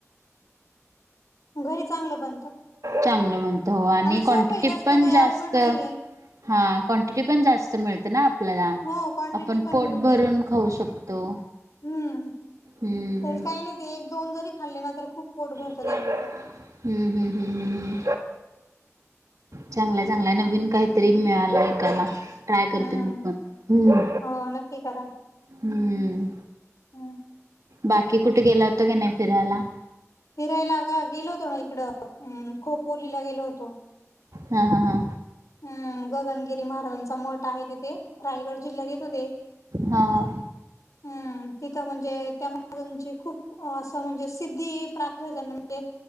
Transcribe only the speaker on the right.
चांगलं बनतो हा आणि
क्वांटिटीत
पण
जास्त
हा क्वांटिटी पण जास्त मिळते ना? आपल्याला.
आपण
पोट
भरून खाऊ शकतो
हम्म.
हम्म
हम्म हम्म हम्म. चांगलंय चांगलाय नवीन काहीतरी मिळालं ऐकायला. ट्राय करते
मी पण हम्म
हम्म.
बाकी कुठं गेला होता का नाही फिरायला?
हा हा हा.
हा हा हा